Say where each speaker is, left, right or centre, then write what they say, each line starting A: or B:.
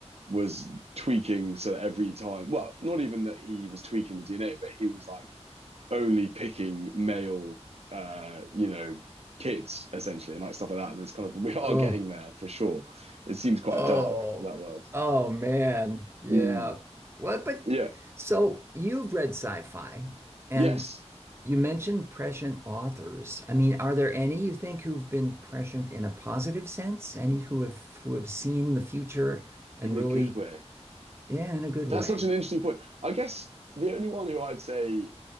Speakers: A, on the right (about 65°); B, on the right (about 25°).
A: was tweaking so that every time, well, not even that he was tweaking the DNA, but he was like only picking male, uh, you know, kids essentially and like stuff like that. And it's kind of, we are
B: oh.
A: getting there for sure. It seems quite
B: Oh,
A: dark, that world.
B: oh man. Yeah.
A: Mm,
B: What, but
A: yeah.
B: so you've read sci-fi and
A: Yes.
B: you mentioned prescient authors. I mean, are there any you think who've been prescient in a positive sense? Any who have who have seen the future and
A: In a
B: really,
A: good way.
B: yeah, in a good
A: That's
B: way.
A: such an interesting point. I guess the only one who I'd say,